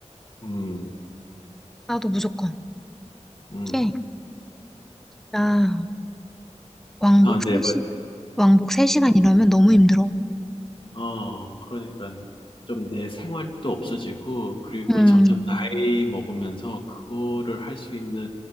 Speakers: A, on the left (about 45°); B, in the centre.
A: 음,
B: 나도 무조건.
A: 음.
B: 이게 나 왕복
A: 아, 네.
B: 3시간 왕복 3시간 이러면 너무 힘들어.
A: 어, 그러니까 좀 내 생활도 없어지고, 그리고
B: 음.
A: 점점 나이 먹으면서 그거를 할 수 있는